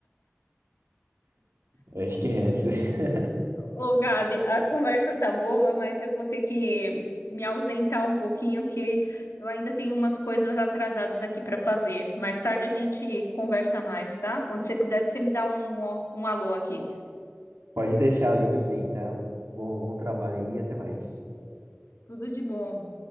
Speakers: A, on the right (about 80°); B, on the left (about 80°).
A: Acho que é essa. <laughs>
B: Ô, Gabi, a conversa tá boa, mas eu vou ter que me ausentar um pouquinho, que eu ainda tenho umas coisas atrasadas aqui pra fazer. Mais tarde a gente conversa mais, tá? Quando você puder, você me dá um, um alô aqui.
A: Pode deixar, eu ligo sim, tá? Bom, bom trabalho aí e até mais.
B: Tudo de bom.